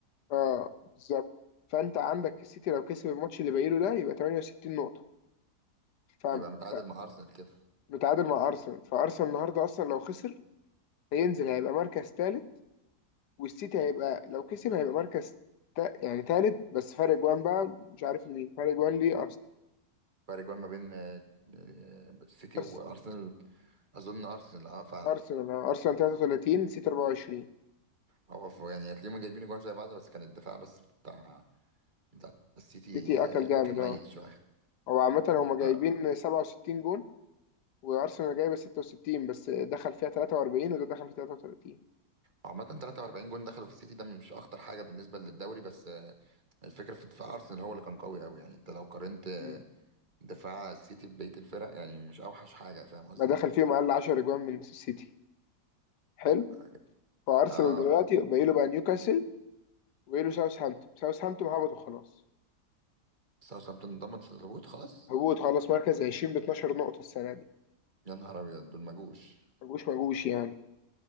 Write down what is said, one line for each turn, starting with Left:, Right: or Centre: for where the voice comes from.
Left: اه بالظبط فانت عندك السيتي لو كسب الماتش اللي باقي له ده يبقى 68 نقطة ف...
Right: يبقى متعادل
Left: ف...
Right: مع أرسنال كده
Left: متعادل مع ارسنال فارسنال النهارده اصلا لو خسر هينزل هيبقى مركز ثالث والسيتي هيبقى لو كسب هيبقى مركز تا... يعني ثالث بس فرق جوان بقى مش عارف لمين فرق جوان ليه
Right: فرق جوان ما بين آه، آه، السيتي
Left: ارسنال
Right: وأرسنال أظن أرسنال أه فعلا
Left: ارسنال آه. ارسنال 33 سيتي 24
Right: هو ف- يعني هتلاقيهم جايبين جوان زي بعض بس كان الدفاع بس بتاع ده السيتي
Left: سيتي
Right: آه،
Left: اكل جامد
Right: كان
Left: اه
Right: ميت شويه
Left: هو عامة هما جايبين
Right: آه،
Left: 67 جون وارسنال جايبه 66 بس دخل فيها 43 وده دخل فيها 33
Right: عامة 43 جون دخلوا في السيتي ده مش أخطر حاجة بالنسبة للدوري بس آه، الفكرة في دفاع أرسنال هو اللي كان قوي أوي يعني أنت لو قارنت آه،
Left: مم.
Right: دفاع السيتي ببقية الفرق يعني مش أوحش حاجة فاهم قصدي؟
Left: ما دخل فيهم اقل 10 اجوان من السيتي حلو
Right: اه
Left: فارسنال
Right: آه،
Left: دلوقتي باقي له بقى نيوكاسل وباقي له ساوثهامبتون ساوثهامبتون هبطوا خلاص
Right: ساوثهامبتون ضمنت الهبوط خلاص
Left: هبوط خلاص مركز 20 ب 12 نقطة السنة دي
Right: يا نهار أبيض دول ما جوش
Left: ما جوش ما جوش يعني